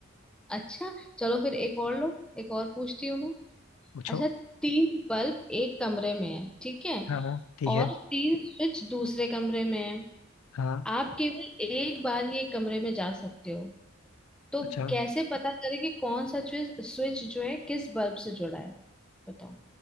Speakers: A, in the centre; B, on the left.
A: अच्छा चलो फिर एक और लो एक और पूछती हूँ मैं
B: पूछो
A: अच्छा तीन बल्ब एक कमरे में है ठीक है
B: हाँ हाँ ठीक
A: और
B: है
A: तीन स्विच दूसरे कमरे में है
B: हाँ
A: आप केवल एक बार ही एक कमरे में जा सकते हो तो
B: अच्छा
A: कैसे पता करें कि कौन सा स्विच स्विच जो है किस बल्ब से जुड़ा है बताओ